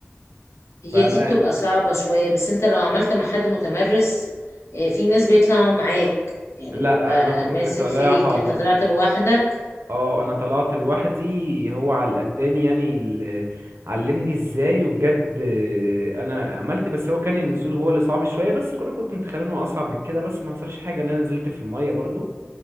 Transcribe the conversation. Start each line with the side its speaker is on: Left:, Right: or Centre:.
Left: هي
Right: فما
Left: دي بتبقى صعبة شوية بس انت لو عملت مع حد متمرس آه، في ناس بيطلعوا معاك يعني بيبقى
Right: لا انا كنت
Left: ماسك
Right: طالعها
Left: فيك انت طلعت لوحدك
Right: اه انا طلعت لوحدي هو على قداني يعني ال- علمني ازاي وبجد آه، انا عملت بس هو كان النزول هو اللي صعب شويه بس كنت كنت متخيل انه اصعب من كده بس ما حصلش حاجه ان انا نزلت في الميه برضو